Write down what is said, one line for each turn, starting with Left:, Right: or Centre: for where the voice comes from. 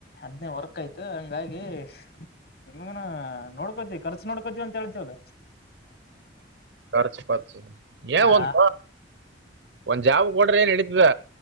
Left: ಅದ್ನೇ ವರ್ಕ್ ಆಯ್ತು ಹಂಗಾಗಿ ನಿಮಗ ನೋಡ್ಕೋತಿವಿಖರ್ಚು ನೋಡ್ಕೋತಿವಿ ಅಂತ ಹೇಳತಿವಲ್ಲ
Right: ಖರ್ಚು ಪರ್ಚು ಏನೋ
Left: ಆ
Right: ಒಂದು ಒಂದ್ ಜಾಬ್ ಕೊಡ್ರಿ ನೆಡಿತಾದ